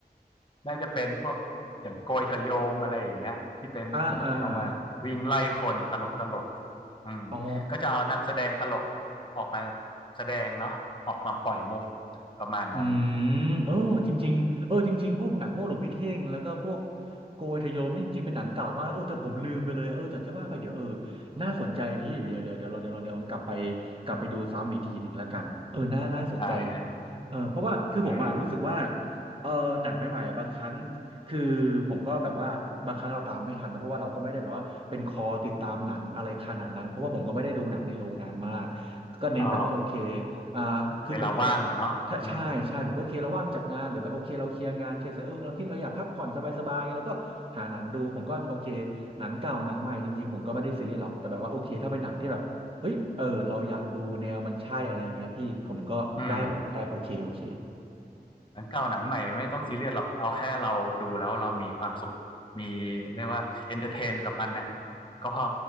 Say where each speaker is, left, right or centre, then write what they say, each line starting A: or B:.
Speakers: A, on the left; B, on the right.
A: น่าจะเป็นพวกอย่างโกยเถอโยมอะไรอย่างเงี้ยที่เป็นผีเอามาวิ่งไล่คนตลกตลก
B: อ่าอ่าอา
A: อืมก็จะเอานักแสดงตลก
B: อ๋อ
A: ออกมาแสดงเนาะออกมาปล่อยมุกประมาณนั้น
B: อืมเออจริงๆเออจริงๆพวกหนังพวกหลวงพี่เท่งแล้วก็พวกโกยทะโยมนี่จริงๆเป็นหนังเก่ามากเออแต่ผมลืมไปเลยเออแต่จะว่าไปเดี๋ยวเออน่าสนใจพี่เดี๋ยวเดี๋ยวเดี๋ยวเราเดี๋ยวเราเดี๋ยวเรากลับไปกลับไปดูซ้ำอีกทีหนึ่งแล้วกันเออน่าน่าสนใจ
A: ได้ให้
B: เออเพราะว่าคือผมอะรู้สึกว่า
A: อืม
B: เออหนังใหม่ๆอะบางครั้งคือผมก็แบบว่าบางครั้งเราตามไม่ทันนะเพราะว่าเราก็ไม่ได้แบบว่าเป็นคอติดตามหนังอะไรขนาดนั้นเพราะว่าผมก็ไม่ได้ดูหนังในโรงงานมากก็เน้นแบบว่าโอเค
A: อ๋อ
B: อ่าคือผมก็
A: เวลาว่างอะเนาะอืม
B: ใช่ใช่ใช่มันก็โอเคเราว่างจากงานหรือแบบโอเคเราเคลียร์งานเคลียร์เสร็จเออเราคิดเราอยากพักผ่อนสบายๆไงเราก็หาหนังดูผมก็โอเคหนังเก่าหนังใหม่จริงๆผมก็ไม่ได้ซีเรียสหรอกแต่แบบว่าโอเคถ้าเป็นหนังที่แบบเฮ้ยเออเราอยากดูแนวมันใช่อะไรเงี้ยพี่ผมก็ได้หมดได้โอเคโอเค
A: อืม หนังเก่าหนังใหม่ไม่ต้องซีเรียสหรอกเอาแค่เราดูแล้วเรามีความสุขมีเรียกว่าเอนเตอร์เทนกับมันเนี่ยก็พอ